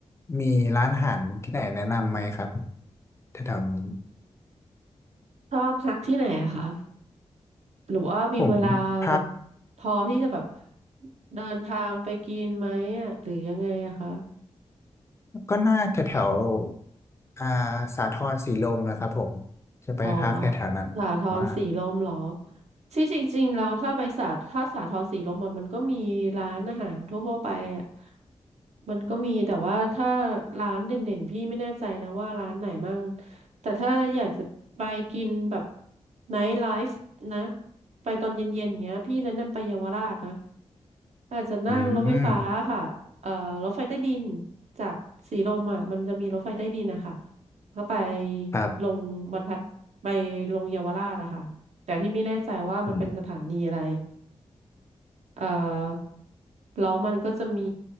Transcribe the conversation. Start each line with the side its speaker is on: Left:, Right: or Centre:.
Left: มีร้านอาหารที่ไหนแนะนำไหมครับแถวแถวนู้น
Right: ชอบพักที่ไหนอะคะหรือว่ามีเวลาแบบ
Left: ผมพัก
Right: พอที่จะแบบเดินทางไปกินไหมอะหรือยังไงอะคะ
Left: ก็น่าแถวแถวอ่าสาทรสีลมนะครับผมจะไปพักแถวแถวนั้นว่า
Right: อ๋อ สาทรสีลมเหรอที่จริงๆแล้วถ้าไปสาถ้าสาทรสีลมอะมันก็มีร้านอาหารทั่วๆไปอ่ะมันก็มีแต่ว่าถ้าร้านเด่นๆพี่ไม่แน่ใจนะว่าร้านไหนมั่งแต่ถ้าอยากจะไปกินแบบไนท์ไลฟ์นะ ไปตอนเย็นๆอย่างเงี้ยพี่แนะนำไปเยาวราชนะ อาจจะนั่งรถไฟฟ้าค่ะเอ่อรถไฟใต้ดิน
Left: อืม
Right: จากสีลมอ่ะมันจะมีรถไฟใต้ดินนะคะก็ไป
Left: ครับ
Right: ลงบรรทัดไปลงเยาวราชอะค่ะแต่ที่ไม่แน่ใจว่ามันเป็นสถานีอะไร
Left: อืม
Right: เอ่อแล้วมันก็จะมี